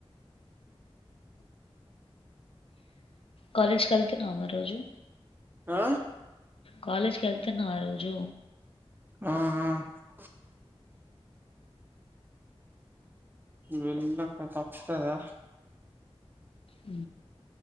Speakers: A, on the left (about 60°); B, on the right (about 20°).
A: కాలేజ్ వెళ్తానా మరి రోజు
B: ఆ
A: కాలేజ్ క వెళ్తున్నా ఆ రోజు
B: ఉ ఉ వెళ్ల తప్తదా
A: అ